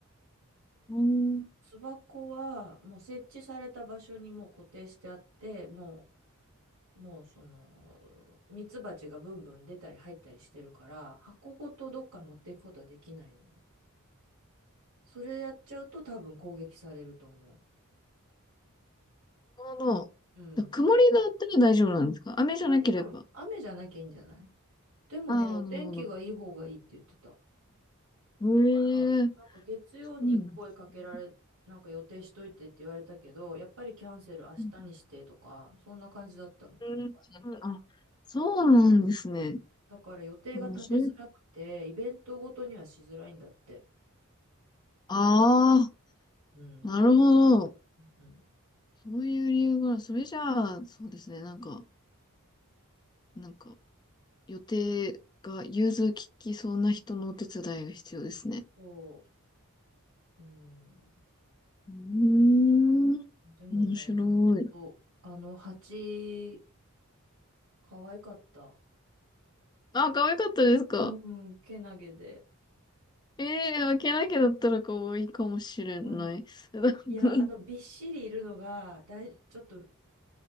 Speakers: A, on the left; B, on the right.
A: うん、なる
B: 巣箱はもう設置された場所にもう固定してあって、もう、もうその、ミツバチがブンブン出たり入ったりしてるから、箱ごとどっか持っていくことはできないの。それやっちゃうと多分攻撃されると思う。
A: ほど。
B: うん。
A: だ曇りだったら大丈夫なんですか雨じゃなければ。
B: あんまり、うん。雨じゃなきゃいいんじゃないでもね、
A: ああ、
B: お天気がいい方がいいって言ってた。
A: なるほど。ええ
B: だから、なんか月曜に声かけられ、
A: そうなんです
B: なんか予定しといてって言われたけど、やっぱりキャンセル明日にしてとか、
A: ね。
B: そんな感じだったの、今回。
A: うん、あ、そうなんですね。
B: うん。だから予定が立てづらくて、
A: うん、それ、
B: イベントごとにはしづらいんだって。
A: ああ、
B: うん。
A: なるほど。
B: うん
A: そういう理由が、それじゃあ、そうですね。なんか、なんか、予定が融通ききそうな人のお手伝いが必要ですね。
B: そう。うん。
A: うーん、
B: でもね、
A: 面白い。
B: おあの蜂、可愛かった。
A: あ、可愛かったですか
B: うん、けなげで。
A: ええー、開けなきゃだったら可愛いかもしれない。
B: あうの、ん。
A: <laughs>
B: いや、あの、びっしりいるのが、だい、ちょっと